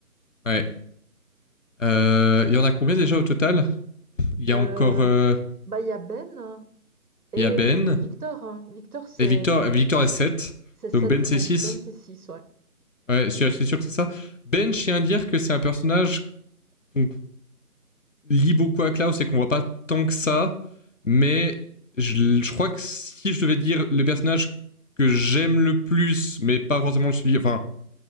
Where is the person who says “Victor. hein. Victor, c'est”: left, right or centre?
Right